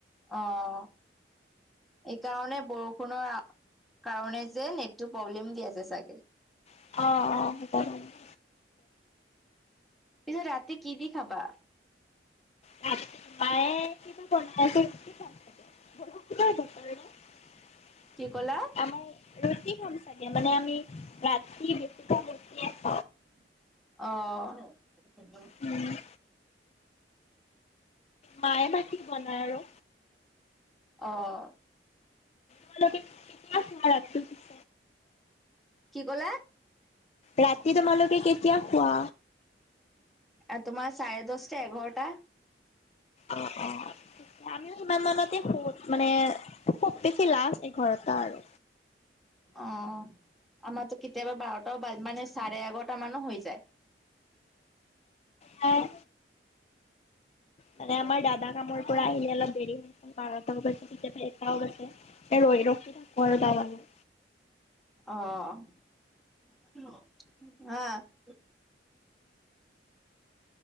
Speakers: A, in the centre; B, on the left.
A: অহ এই কাৰণে বৰষুণৰ অহ কাৰণে নেট টো প্ৰব্লেম দি আছে চাগে।
B: অহ অহ সেইকাৰণে।
A: পিছত ৰাতি কি দি খাবা।
B: ভাত মায়ে কিবাৰ বনাই আছে। <unintelligible>
A: কি ক'লা?
B: আমা ৰুটি খাম চাগে মানে আমি ৰা কি বেছিক কুটি আছ।
A: অহ
B: উম মায়ে বা কি বনাই আৰু।
A: অহ।
B: তোমালোকে কিমান শুৱা ৰাতিটো।
A: কি ক'লা।
B: ৰাতি তোমালোকে কেতিয়া শুৱা।
A: ‌এ তোমাৰ চাৰে দচটা এঘাৰটা।
B: অহ অহ। আমিও সিমান মানতে শুও মানে খুব বেছি লাজ এই ঘৰত আৰু
A: অহ আমাতো কেতিয়াবা বাৰটাও মানে চাৰে এঘাৰটা মানো হৈ যায়।
B: হয় মানে আমাৰ দাদা কামৰ পৰা আহি অলপ দেৰি হৈ বাৰটা বজাত কেতিয়াবা এটাও বাজে। এ ৰৈ ৰো থাকো আৰু দাদলে
A: অহ অহ এহ